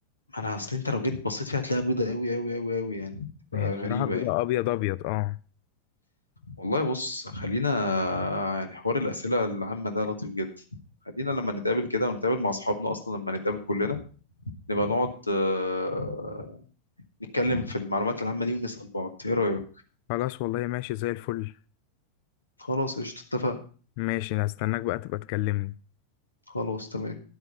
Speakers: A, on the left (about 80°); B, on the left (about 45°).
A: انا اصل انت لو جيت بصيت فيها هتلاقيها بيضاء قوي قوي قوي قوي يعني تبقى
B: هي بصراحة
A: غريبه
B: بتبقى
A: يعني
B: أبيض أبيض اه
A: والله بص خلينا يعني حوار الأسئلة العامة ده لطيف جدا خلينا لما نتقابل كده ونتقابل مع أصحابنا أصلا لما نتقابل كلنا نبقى نقعد آه، نتكلم في المعلومات العامة دي ونسأل بعض إيه رأيك؟
B: خلاص والله ماشي زي الفل
A: خلاص قشطة اتفقنا
B: ماشي هستناك بقى تبقى تكلمني
A: خلاص تمام